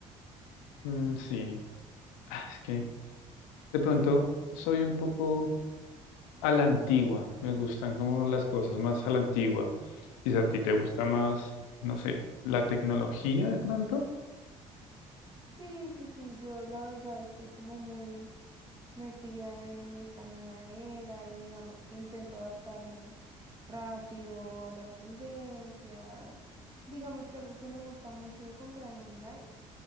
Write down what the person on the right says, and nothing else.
Sí, sí, sí, yo la verdad estoy como muy... metida en esta nueva era y digamos que intento adaptarme rápido a las tendencias. Digamos que algo que me gusta mucho de comprar en online